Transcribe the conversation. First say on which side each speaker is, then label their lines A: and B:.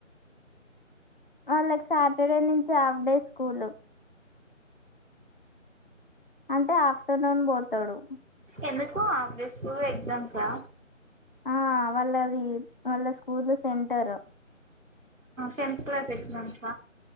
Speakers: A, on the left; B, on the right.
A: వాళ్ళకి సాటర్డే నుంచి హాఫ్ డే స్కూల్ అంటే ఆఫ్టర్నూన్ పోతాడు
B: ఎందుకు అ బస్కూ ఎక్జామ్సా
A: ఆ వాళ్ళది వాళ్ళ school centre
B: ten class exams